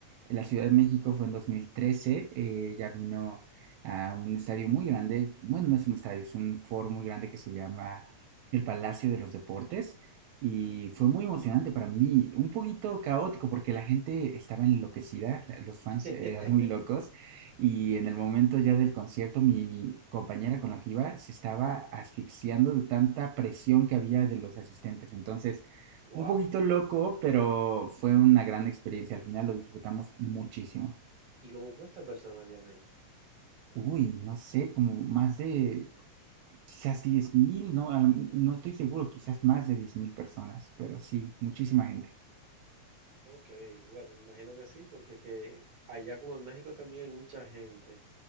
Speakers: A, on the right; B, on the right.
A: en la Ciudad de México, fue en 2013, eh, ya vino a un estadio muy grande, bueno, no es un estadio, es un foro muy grande que se llama el Palacio de los Deportes y fue muy emocionante para mí, un poquito caótico porque la gente estaba enloquecida, la- los fans
B: <laughs>
A: eran muy locos y en el momento ya del concierto mi compañera con la que iba se estaba asfixiando de tanta presión que había de los asistentes, entonces
B: Wow.
A: un poquito loco, pero fue una gran experiencia, al final lo disfrutamos muchísimo.
B: ¿Y como cuántas personas habían ahí?
A: Uy, no sé, como más de quizás diez mil ¿no? Al- No estoy seguro, quizás más de diez mil personas, pero sí, muchísima gente.
B: Ok, bueno, me imagino que sí, porque que allá como en México también hay mucha gente,